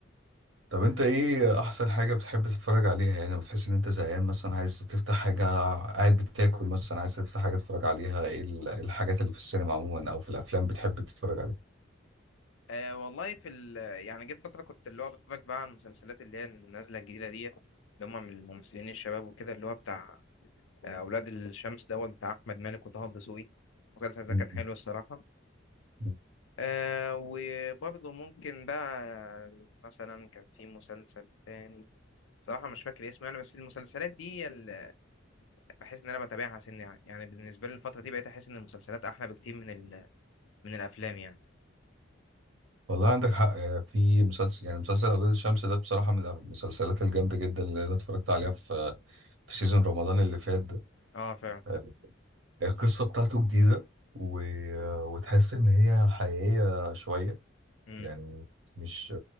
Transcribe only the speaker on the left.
أه والله في ال يعني جيت فترة كنت اللي هو بتفرج بقى على المسلسلات اللي هي النازلة الجديدة ديت اللي هم من الممثلين الشباب وكده اللي هو بتاع آه، أولاد الشمس دوت بتاع أحمد مالك وطه الدسوقي المسلسل ده
كان حلو الصراحة
أه وبرضه ممكن بقى مثلا كان في مسلسل تاني صراحة مش فاكر اسمه يعني بس المسلسلات دي هي اللي بحس إن أنا بتابعها سن يعني يعني بالنسبة لي الفترة دي بقيت أحس إن المسلسلات أحلى بكتير من ال من الأفلام يعني
اه فعلا
امم